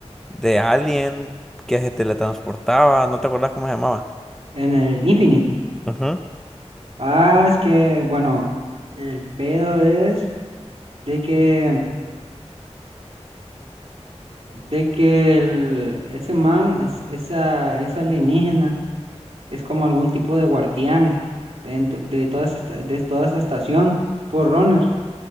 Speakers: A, in the centre; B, on the right.
A: de alien que se teletransportaba, ¿no te acordás cómo se llamaba?
B: En el Infinite.
A: Ujú,
B: Ah, es que, bueno, el pedo es de que de que el- ese man, es, esa, esa alienígena, es como algún tipo de guardián dentro- de, toda esa, esta- de toda esa estación, Forerunner,